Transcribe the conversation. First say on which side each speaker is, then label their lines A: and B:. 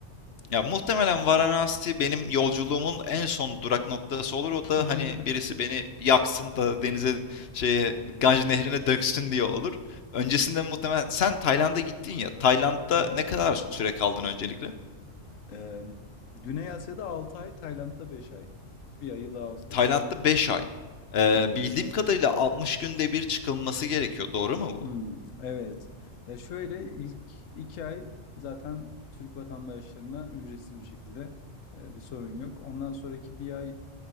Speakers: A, on the left (about 55°); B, on the left (about 85°).
A: Ya muhtemelen Varanasi benim yolculuğumun en son durak noktası olur. O
B: <laughs>
A: da hani birisi beni yaksın da denize şeye Ganj nehrine döksün diye olur. Öncesinde muhtemelen sen Tayland'a gittin ya. Tayland'da
B: Aha.
A: ne kadar süre kaldın öncelikle?
B: Ee, Güney Asya'da 6 ay, Tayland'da 5 ay. Bir ayı Laos'ta
A: Tayland'da
B: geçti.
A: 5 ay. Ee,
B: Evet.
A: bildiğim kadarıyla 60 günde bir çıkılması gerekiyor. Doğru mu bu?
B: Hımm, evet. Ya, şöyle, ilk 2 ay zaten Türk vatandaşlarına ücretsiz bir şekilde, eee, bir sorun yok. Ondan sonraki bir ay